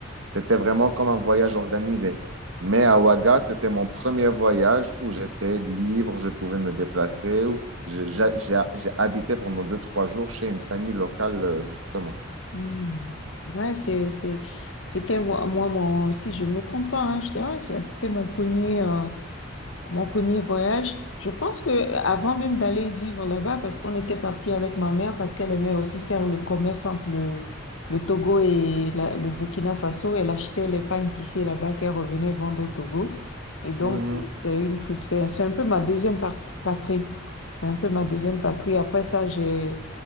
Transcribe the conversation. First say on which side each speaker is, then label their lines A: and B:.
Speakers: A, on the right; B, on the left.
A: c'était vraiment comme un voyage organisé. Mais à Ouaga, c'était mon premier voyage où j'étais libre, je pouvais me déplacer, j'ai j'ai- j'ai habité pendant deux, trois jours chez une famille locale, euh, justement.
B: mm. Ouais, c'est, c'est, c'était moi, moi, mon- si je me trompe pas, hein, je dirais, c'était mon premier. euh, Mon premier voyage, je pense que avant même d'aller vivre là-bas, parce qu'on était parti avec ma mère, parce qu'elle aimait aussi faire le commerce entre le, le Togo et la- le Burkina Faso, elle achetait les pagnes tissées là-bas qu'elle revenait vendre au Togo. Et donc,
A: Mhm.
B: euh, c'est une, cult- c'est c'est un peu ma deuxième partie, patrie. C'est un peu ma deuxième patrie. Après ça, j'ai,